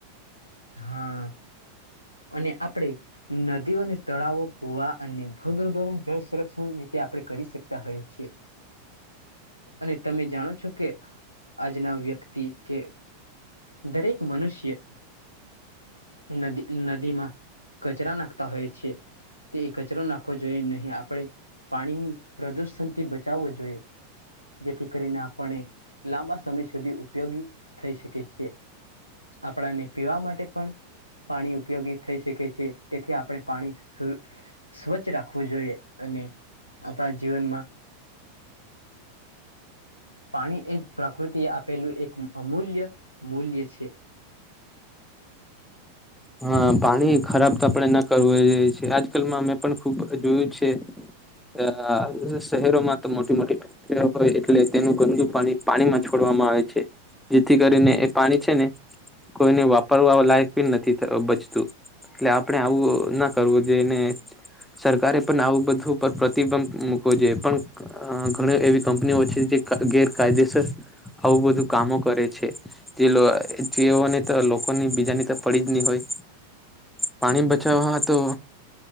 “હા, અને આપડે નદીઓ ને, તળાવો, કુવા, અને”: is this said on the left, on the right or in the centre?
Left